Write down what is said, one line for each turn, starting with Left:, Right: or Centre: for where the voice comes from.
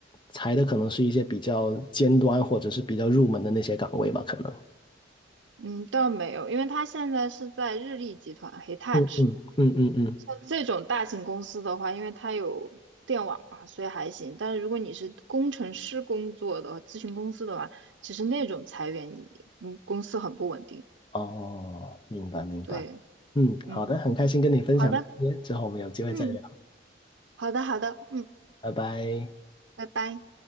Left: 裁的可能是一些比较尖端或者是比较入门的那些岗位吧，可能。
Right: 嗯，倒没有，因为他现在是在日立集团 Hitachi，
Left: 嗯嗯嗯嗯嗯。
Right: 像这种大型公司的话，因为它有电网嘛，所以还行。但是如果你是工程师工作的咨询公司的话，其实那种裁员你，嗯，公司很不稳定。
Left: 哦，明白明白。
Right: 对，
Left: 嗯，
Right: 嗯，
Left: 好的，很开心跟你分享这些，
Right: 好的，
Left: 之后我们有机会再聊，
Right: 嗯，好的，好的，嗯，
Left: 拜拜。
Right: 拜拜。